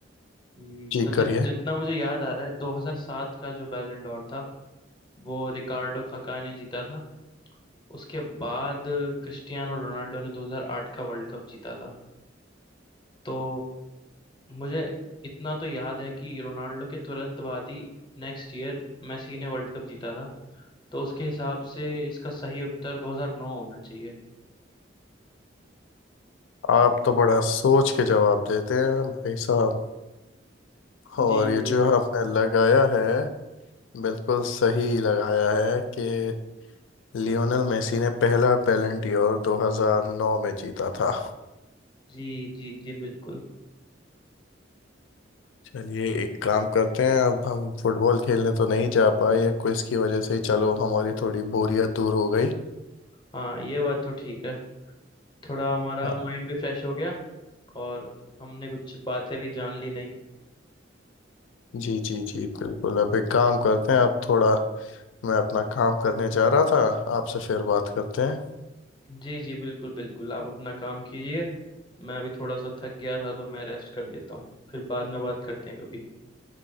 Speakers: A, on the left; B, on the left.
A: हम्म,
B: जी
A: तो जित
B: करिए
A: जितना मुझे याद आ रहा है 2007 का जो बैलन डोर था वो रिकार्डो काका ने जीता था उसके बाद क्रिस्टियानो रोनाल्डो ने 2008 का वर्ल्ड कप जीता था तो मुझे इतना तो याद है कि रोनाल्डो के तुरंत बाद ही नेक्स्ट ईयर मेसी ने वर्ल्ड कप जीता था तो उसके हिसाब से इसका सही उत्तर 2009 होना चाहिए
B: आप तो बड़ा सोच के जवाब देते हैं भाई साहब और
A: जी
B: ये
A: जी
B: जो आपने लगाया है बिल्कुल सही लगाया है कि लियोनेल मेसी ने पहला बैलन डियोर 2009 में जीता था
A: जी जी जी बिल्कुल
B: चलिए एक काम करते हैं अब हम फुटबॉल खेलने तो नहीं जा पाए ये क्विज की वजह से ही चलो हमारी थोड़ी बोरियत दूर हो गई
A: हाँ ये बात तो ठीक है थोड़ा हमारा
B: हाँ
A: माइंड भी फ्रेश हो गया और हमने कुछ बातें भी जान ली नहीं
B: जी जी जी बिल्कुल अब एक काम करते हैं आप थोड़ा मैं अपना काम करने जा रहा था आपसे फिर बात करते हैं
A: जी जी बिल्कुल बिल्कुल आप अपना काम कीजिए मैं अभी थोड़ा सा थक गया था तो मैं रेस्ट कर लेता हूँ फिर बाद में बात करते हैं कभी